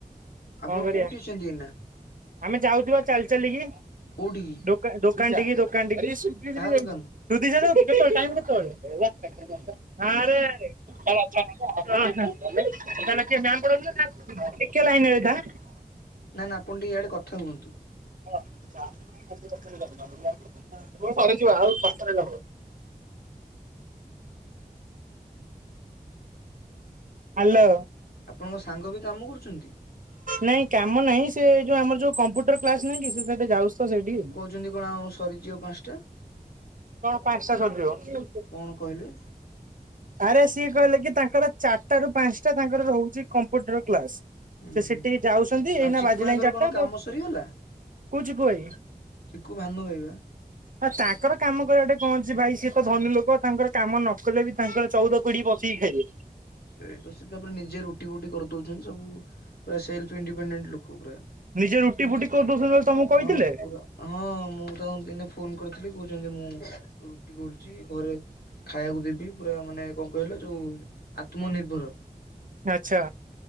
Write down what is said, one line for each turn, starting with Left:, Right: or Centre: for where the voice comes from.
Right: କଣ
Left: ଆପଣ
Right: କରିବା
Left: କୋଉଟି ଅଛନ୍ତି ଏଇନା?
Right: ଆମେ ଯାଉଥିବା ଚାଲି ଚାଲିକି
Left: କୋଉଠି କି?
Right: ଦୋକା ଦୋକାନ ଠିକି ଦୋକାନ ଠିକି। <unintelligible>
Left: କାହା ଦୋକାନରୁ
Right: ଟାଇମ୍ କେତେବଳେ ଆରେ ଆରେ। ନା ନା କିଏ ମ୍ୟାମ୍ ପଢଉଥିଲେ ନା ଟିକେ ଲାଇନରେ ରହି ଥା।
Left: ନା ନା ଆପଣ ଟିକେ ଇଆଡେ କଥା ହୁଅନ୍ତୁ।
Right: <unintelligible> ସରିଯିବ ଆଉ <unintelligible> ହାଲୋ।
Left: ଆପଣଙ୍କ ସାଙ୍ଗ ବି କାମ କରୁଛନ୍ତି।
Right: ନାଇଁ କାମ ନାଇଁ ସେ ଯୋଉ ଆମର ଯୋଉ କମ୍ପୁଟର କ୍ଲାସ ନୁହେଁ କି ସେ <unintelligible> ଯାଉଚି ତ ସେଇଟିକି।
Left: ଚନ୍ତି କଣ ଆଉ ସରିଯିବ ପାଞ୍ଚଟା।
Right: ହଁ ପାଞ୍ଚଟା ସରିଯିବ।
Left: କଣ କହିଲେ?
Right: ଆରେ ସିଏ କହିଲେ କି ତାଙ୍କର ଚାରଟାରୁ ପାଞ୍ଚଟା ତାଙ୍କର ରହୁଚି କମ୍ପୁଟର କ୍ଲାସ।
Left: ହୁଁ
Right: ସେ
Left: ହୁଁ
Right: ସେଟିକି ଯାଉସନ୍ତି
Left: ଆଉ
Right: ଏଇନା
Left: ଚିକୁ
Right: ବାଜିଲାଇଁ
Left: ଭାଇଙ୍କର
Right: ଚାରଟା
Left: କଣ କାମ
Right: ତ
Left: ସରିଗଲା?
Right: କୋଉ ଚିକୁ ଭାଇ
Left: ସିକୁ ଭାନୁ ଭାଇ ବା।
Right: ଆ ତାଙ୍କର କାମ କରିଆ ଠେଇ କଣ ଅଛି ଭାଇ ସିଏ ତ ଧନୀ ଲୋକ ତାଙ୍କର କାମ ନ କଲେ ବି ତାଙ୍କର ଚଉଦ ପିଢି ବସିକି ଖାଇବେ।
Left: ସେଇ ତ ସେ ତାପରେ ନିଜେ ରୁଟି ଫୁଟି କରିଦଉଛନ୍ତି ସବୁ ସେଲ୍ଫ ଇଣ୍ଡିପେଡେଣ୍ଡ ଲୋକ ପୁରା।
Right: ନିଜେ ରୁଟି ଫୁଟି କରି ଦଉସନ୍ତି <unintelligible> ତମୁକୁ କହିଥିଲେ?
Left: ହଁ ପୁରା ହଁ ମୁଁ ତାଙ୍କୁ ଦିନେ ଫୋନ କରିଥିଲି କହୁଛନ୍ତି ମୁଁ ରୁଟି କରୁଚି ଘରେ ଖାଇଆକୁ ଦେବି ପୁରା ମାନେ କଣ କହିଲ ଯୋଉ ଆତ୍ମନିର୍ଭର
Right: ଆଚ୍ଛା